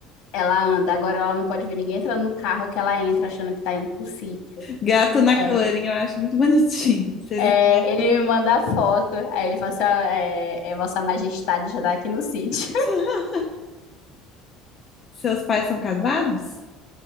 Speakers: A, on the left (about 60°); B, on the left (about 30°).
A: ela anda. Agora ela não pode ver ninguém entrando no carro que ela entra achando que tá indo pro sítio.
B: Gato na
A: É.
B: coleirinha, eu acho muito bonitinho. Se ele-
A: É, ele me manda a foto. Aí ele fala assim: ó, é, é Vossa Majestade já tá aqui no sítio.
B: <laughs> Seus pais são casados?